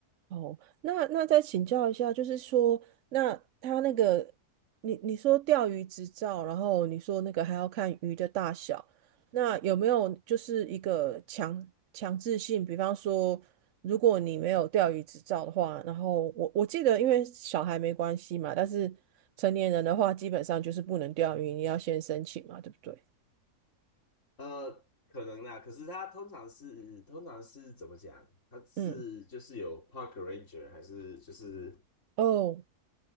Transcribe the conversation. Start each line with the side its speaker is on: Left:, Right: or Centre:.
Right: 哦，那那再请教一下，就是说，那他那个，你你说钓鱼执照，然后你说那个还要看鱼的大小，那有没有就是一个强强制性？比方说，如果你没有钓鱼执照的话，然后我我记得，因为小孩没关系嘛，但是成年人的话，基本上就是不能钓鱼，你要先申请嘛，对不对？
Left: 呃，可能啦，可是它通常是通常是怎么讲？它是就是有
Right: 嗯，
Left: park ranger 还是就是
Right: 哦，